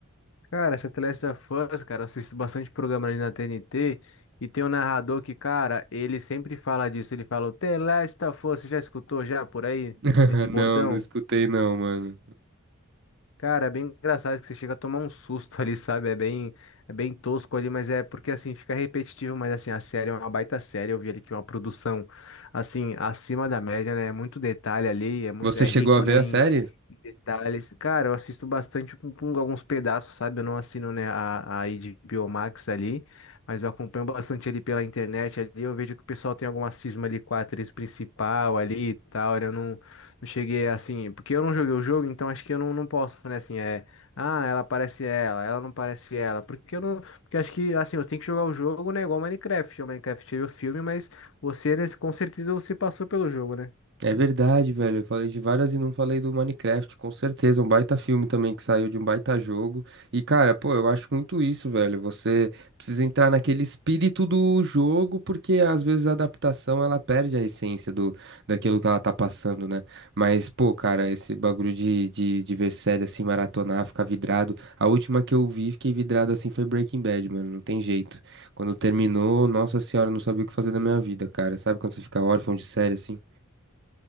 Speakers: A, on the left; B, on the right.
A: Cara, essa The Last of Us, cara, eu assisto bastante programa ali na TNT, e tem um narrador que, cara, ele sempre fala disso, ele fala, The Last of Us, você já escutou já por aí
B: <laughs>
A: esse bordão?
B: Não, não escutei não, mano.
A: Cara, é bem engraçado que você chega a tomar um susto <laughs> ali, sabe? É bem, é bem tosco ali, mas é porque assim, fica repetitivo, mas assim, a série é uma baita série. Eu vi ali que é uma produção assim, acima da média, né? É muito detalhe ali, é muito,
B: Você
A: é
B: chegou
A: rico,
B: a ver
A: né,
B: a
A: em,
B: série?
A: em detalhes. Cara, eu assisto bastante com, com alguns pedaços, sabe? Eu não assino, né, a, a HBO Max ali, mas eu acompanho bastante ali pela internet ali. Eu vejo que o pessoal tem alguma cisma ali com a atriz principal ali e tal. né? Eu não eu cheguei assim, porque eu não joguei o jogo, então acho que eu não, não posso, né? Assim, é. Ah, ela parece ela, ela não parece ela. Porque eu não. Porque acho que, assim, você tem que jogar o jogo, né? Igual Minecraft. O Minecraft teve o filme, mas você, né, com certeza, você passou pelo jogo, né?
B: É verdade, velho. Eu falei de várias e não falei do Minecraft, com certeza. Um baita filme também que saiu de um baita jogo. E, cara, pô, eu acho muito isso, velho. Você precisa entrar naquele espírito do jogo, porque às vezes a adaptação ela perde a essência do, daquilo que ela tá passando, né? Mas, pô, cara, esse bagulho de, de, de ver série assim, maratonar, ficar vidrado. A última que eu vi, fiquei vidrado assim, foi Breaking Bad, mano. Não tem jeito. Quando terminou, nossa senhora, eu não sabia o que fazer da minha vida, cara. Sabe quando você fica órfão de série assim?